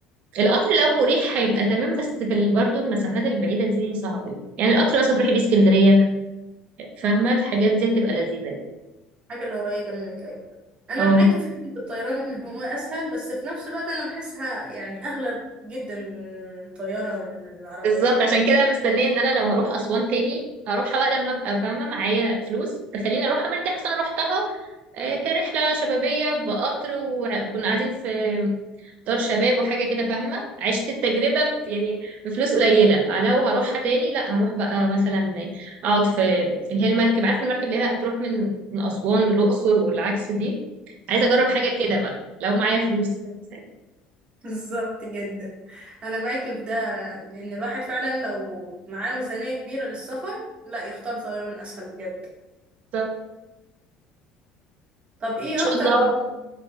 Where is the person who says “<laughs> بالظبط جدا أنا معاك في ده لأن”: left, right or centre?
Right